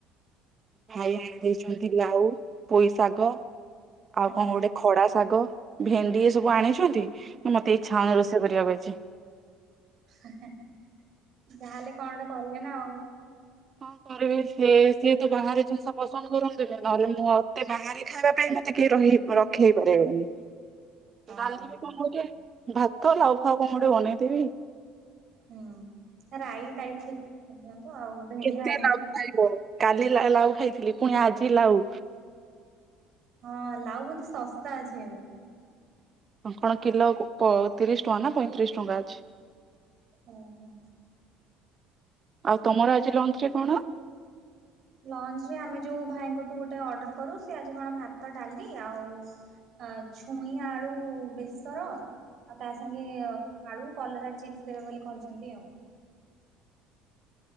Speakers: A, on the right; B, on the right.
A: ଭାଇ ଆ ଦେଇଛନ୍ତି ଲାଉ, ପୋଇ ଶାଗ ଆଉ
B: ଓହୋ।
A: କଣ ଗୋଟେ ଖଡା ଶାଗ ଭେଣ୍ଡି ଏ ସବୁ ଆଣିଛନ୍ତି ମୁ ମତେ ଇଚ୍ଛା ହଉନି ରୋଷେଇ କରିବାକୁ ଆଜି।
B: ଯାହାହେଲେ କଣ ଗୋଟେ କରିବ ନା ଆଉ।
A: କଣ କରିବି ସି ସିଏ ତୁ ବାହାରେ ଜିନିଷ ପସନ୍ଦ କରନ୍ତିୁନି ନହେଲେ ମୁଁ ମତେ ବାହାରେି ଖାଇବା ପାଇଁ ମତେ କିଏ ରହି ରଖେଇ ହେଇ ପାରିବନି।
B: ହଁ
A: ରାନ୍ଧିବି କଣ ଗୋଟେ ଭାତ ଲାଉ ଫାଉ କଣ ଗୋଟେ ବନେଇଦବି।
B: ହୁଁ ରାଇ ଟାଇପ୍ା ଦିଅନ୍ତୁ ଆଉ ଭେଣ୍ଡି
A: କେତେ
B: ଭାଜି
A: ଲାଉ
B: ଦିଅନ୍ତୁ।
A: ଖାଇବ କାଲି ଲାଉ ଖାଇଥିଲି ପୁଣି ଆଜି ଲାଉ।
B: ହଁ ଲାଉ ବୋଧେ ଶସ୍ତା ଅଛି ଏବେ?
A: କଣ କିଲୋ ତିରିଶ ଟଙ୍କା ନା ପଇଁତିରିଶ ଟଙ୍କା ଅଛି।
B: ଓହୋ।
A: ଆଉ ତମର ଆଜି ଲଞ୍ଚ ରେ କଣ?
B: ଲଞ୍ଚ ରେ ଆମେ ଯୋଉ ଭାଇଙ୍କଠୁ ଗୋଟେ ଅର୍ଡର କରୁ ସେ ଆଜି କଣ ଭାତ ଡାଲି ଆଉ ଆ ଛୁଇଁ ଆଳୁ ବେସର ଆଉ ତା ସାଙ୍ଗେ ଆଳୁ କଲରା ଚିପ୍ସ ଦେବେ ବୋଲି କହିଛନ୍ତି ଆଉ।